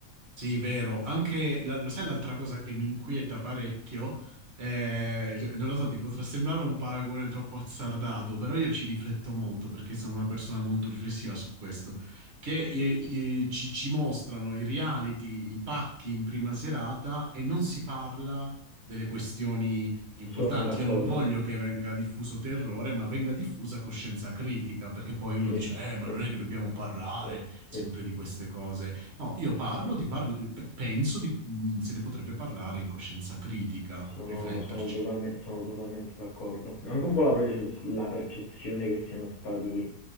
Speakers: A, on the right; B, on the left.
A: Sì, vero. Anche, la- lo sai, l'altra cosa che mi inquieta parecchio, Eh, cioè, non lo so, ti potrà sembrare un paragone troppo azzardato, però io ci rifletto molto perché sono una persona molto riflessiva su questo, che i- i- ci, ci mostrano i reality, i pacchi in prima serata e non si parla delle questioni importanti.
B: Sono d'accordo.
A: Io non voglio che venga diffuso terrore, ma venga diffusa coscienza critica, perché poi uno
B: Sì,
A: dice, eh, ma
B: sì,
A: non è che dobbiamo parlare
B: sì,
A: sempre
B: sì.
A: di queste cose. No, io parlo di par- pe- penso di, mh, se ne potrebbe parlare in coscienza critica,
B: Sono,
A: rifletterci.
B: sono totalme- sono totalmente d'accordo. È anche un po' la, prece- la percezione che siano stati,